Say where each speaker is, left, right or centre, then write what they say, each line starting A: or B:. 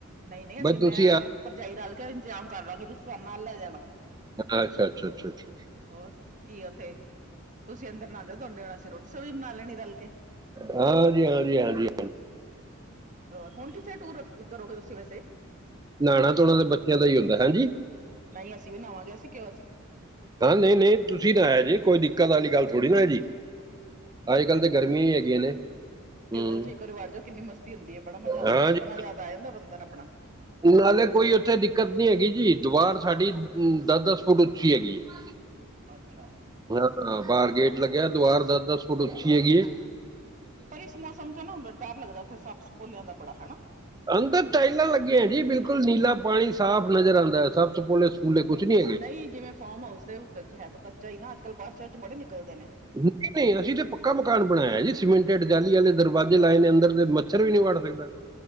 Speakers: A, on the right; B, on the right.
A: ਨਹੀਂ - ਨਹੀਂ ਅਸੀਂ
B: ਬਸ
A: ਮੈਂ
B: ਤੁਸੀਂ ਆ
A: ਭਰਜਾਈ ਰਲ ਕੇ ਇੰਜਜ਼ਾਮ ਕਰ ਲਗੇ ਤੁਸੀਂ ਸਮਾਨ ਨਾਲ ਲੈ ਜਾਣਾ।
B: ਅੱਛਾ। ਅੱਛਾ- ਅੱਛਾ- ਅੱਛਾ- ਅੱਛਾ।
A: ਹੋਰ ਕੀ ਉੱਥੇ ਤੁਸੀਂ ਅੰਦਰ ਨਾ ਨਾਦੇ ਤੁਹਦੇ, ਨਾਲ ਅਸੀ ਰੋਟੀ ਸਬਜੀ ਵੀ ਬਣਾ ਲੈਣੀ ਰਲ ਕੇ।
B: ਹਾਂਜੀ-ਹਾਂਜੀ-ਹਾਂਜੀ।
A: ਹੋਰ ਹੁਣ ਕਿੱਥੇ ਟੂਰ ਕਰੋਗੇ ਤੁਸੀ ਵੈਸੇ।
B: ਨਾਉਣਾ ਧੋਣਾ ਤਾਂ ਬੱਚਿਆਂ ਦਾ ਹੀ ਹੁੰਦਾ ਹੈਜੀ।
A: ਨਹੀਂ ਅਸੀਂ ਵੀ ਨਵਾਂਗੇ ਅਸੀ ਕਿਉਂ ਸਿੱ
B: ਹਾਂ ਨਹੀਂ-ਨਹੀਂ ਤੁਸੀਂ ਨਾ ਆ ਜੀ ਕੋਈ ਦਿੱਕਤ ਆਲੀ ਗੱਲ ਥੋੜ੍ਹੀ ਨਾ ਆ ਜੀ। ਅੱਜ ਕੱਲ੍ਹ ਤਾਂ ਗਰਮੀਆਂ ਹੀ ਹੈਗੀਆਂ ਨੇ।
A: ਟਿਊਵੈਲ
B: ਹੂੰ
A: ਚ ਇੱਕ ਵਾਰੀ ਵੜ ਜੋ, ਕਿੰਨੀ ਮਸਤੀ ਹੁੰਦੀ ਐ ਬੜਾ ਮਜ਼ਾ ਆਉਂਦਾ
B: ਹਾਂ
A: ਬਚਪਨ
B: ਜੀ
A: ਯਾਦ ਆ ਜਾਂਦਾ ਬੰਦੇ ਨੂੰ ਆਪਣਾ।
B: ਨਾਲੇ ਕੋਈ ਉੱਥੇ ਦਿੱਕਤ ਨੀ ਹੈਗੀ ਜੀ ਦੀਵਾਰ ਸਾਡੀ ਦਸ -ਦਸ ਫੁੱਟ ਉੱਚੀ ਹੈਗੀ ਐਂ। <inaudible>
A: ਅੱਛਾ।
B: ਹਾਂ ਬਾਹਰ ਗੇਟ ਲੱਗਿਆ ਦੁਬਾਰ ਦਾ ਦਸ ਫੁੱਟ ਉੱਚੀ ਹੈਗੀ ਐਂ।
A: ਪਰ ਇਸ ਮੌਸਮ ਚ ਨਾ ਡਰ ਲੱਗਦਾ ਉੱਥੇ ਸੱਪ ਸਪੋਲਿਆਂ ਦਾ ਬੜਾ ਹਨਾ।
B: ਅੰਦਰ ਟਾਇਲਾਂ ਲੱਗੀਆਂ ਜੀ ਬਿਲਕੁਲ ਨੀਲਾ ਪਾਣੀ ਸਾਫ਼ ਨਜ਼ਰ ਆਦਾ ਸਭ ਸੱਪ- ਸਪੋਲੇ ਨਹੀਂ ਕੁਛ ਨੀ।
A: ਨਹੀਂ ਜਿਵੇਂ ਫਾਰਮ ਹਾਊਸ ਦੇ ਹੈ ਤਾਂ ਕੱਚਾ ਹੀ ਨਾ ਅੱਜ ਕੱਲ੍ਹ ਬਾਰਸ਼ਾ ਚ ਬੜੇ ਨਿਕਲਦੇ ਨੇ।
B: ਨਹੀਂ-ਨਹੀਂ ਅਸੀਂ ਤੇ ਪੱਕਾ ਮਕਾਨ ਬਣਾਇਆ ਜੀ, ਸੀਮੈਂਟਿਡ ਜਾਲੀ ਆਲੇ ਦਰਵਾਜ਼ੇ ਲਾਏ ਨੇ ਅੰਦਰ ਤੇ ਮੱਛਰ ਵੀ ਨਹੀਂ ਵੱੜ ਸਕਦਾ।